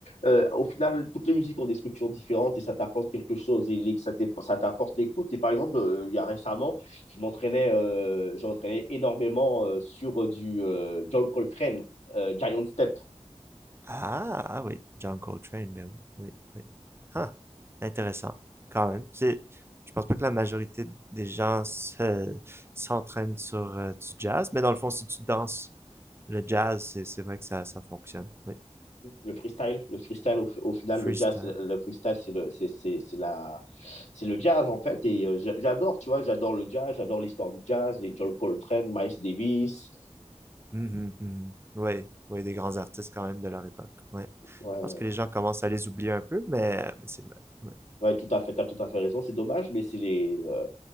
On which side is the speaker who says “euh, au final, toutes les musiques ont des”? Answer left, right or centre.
Left